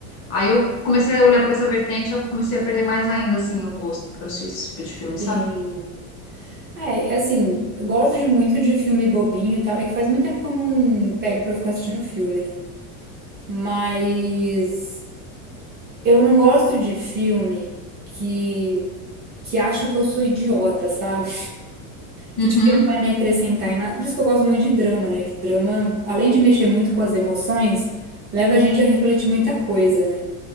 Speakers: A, on the left; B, on the right.
A: Aí eu comecei a olhar por essa vertente, eu comecei a perder mais ainda, assim, o gosto por assistir esse tipo de filme, sabe?
B: tem. É, é assim, eu gosto de muito de filme bobinho e tal. É que faz muito tempo que eu não pego pra ficar assistindo filme, né? Mas eu não gosto de filme que, que acha que eu sou idiota, sabe?
A: Uhum,
B: que tipo que não vai me acrescentar em nada. Por isso que eu gosto muito de drama, né? Que drama, além de mexer muito com as emoções, leva a gente a refletir muita coisa, né?